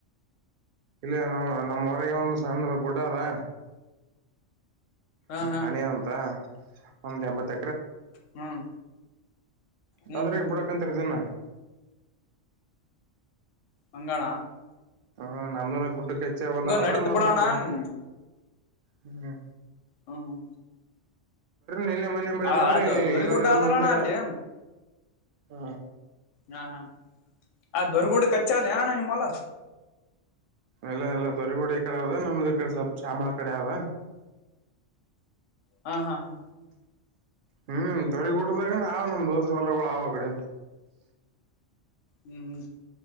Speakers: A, on the right (about 65°); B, on the left (about 75°).
A: ಇಲ್ಲಿ ನಮ್ ನಮ್ಮ ಹೊರಗೆ ಒಂದು ಸಣ್ಣದ ಗುಡ ಅದೆ
B: ಹಾ ಹಾ
A: ಹಣಿಯ ಅಂತ ಒಮ್ದ್ ಎಂಬತ್ತ
B: ಹ್ಮ್ ಹ್ಮ್
A: ದಾದ್ರಗ್
B: ಹ್ಮ್
A: ಬಿಡಕಂತರರ್ದನ
B: ಮಂಗಳ
A: ಹ ನಮ್ದನ ಗುಡ್ಡ ಕಚ ಒಲ ಅದ
B: ನಡೀತ್
A: ಮಂತಾ
B: ಬಿಡೋಣ
A: ಕಡೆ
B: ಹ್ಮ್
A: ಹ್ಮ
B: ಹಾ ಹ್ಮ್
A: ನಿನ್ನೆ ಮನ್ನೆ ಮಳೆ
B: ಹ
A: ಬಂದ್ರೆ
B: ಅದು ದೊರಿಗುಡ್ಡ
A: ಇನ್ನೊಂದು ಎರಡು
B: ಅದಲ್ಲಣ್ಣ
A: ಮರ್ಂತ
B: ಅಲ್ಲಿ
A: ಹಾ
B: ಹಾ ಹಾ ಆ ದೊರ್ಗೂಡ ಕಚ್ಚನಣ್ಣ ನಿಮ್ಮಲ್ಲ
A: ಎಲ್ಲ ಎಲ್ಲ ದೊರಿಗೋಡಿ ಈ ಕಡೆ ನಮ್ದು ಈ ಕಡೆ ಸ್ವಲ್ಪ ಚಾಮ ಆ ಕಡೆ ಆದ.
B: ಹ ಹಾ ಹಾ
A: ಹ್ಮ್ ತೊರಿಗುಡ್ಡದಾಗ ನಾವು ನಮ್ ದೋಸ್ರು ಎಲ್ಲಗಳ ಆವ ಬಿಡಿ
B: ಹ್ಮ್ ಹ್ಮ್